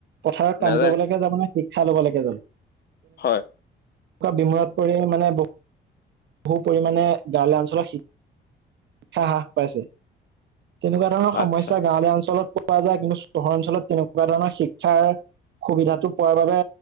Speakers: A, on the right; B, on the left.
A: পথাৰত কাম
B: নাযায়
A: কৰিবলৈকে যাবনে শিক্ষা ল'ব লাগেজন
B: হয়।
A: কুৱা বিমুত পৰিলে মানে বহু পৰিমাণে গাঁৱলীয়া অঞ্চলত শ-শিক্ষা হ্ৰাস পাইছে। তেনেকুৱা ধৰণৰ সমস্যা
B: আচ্ছা
A: গাঁৱলীয়া অঞ্চলত পোৱা যায় কিন্তু চহৰ অঞ্চলত তেনেকুৱা ধৰণৰ শিক্ষাৰ সুবিধাটো পোৱাৰ বাবে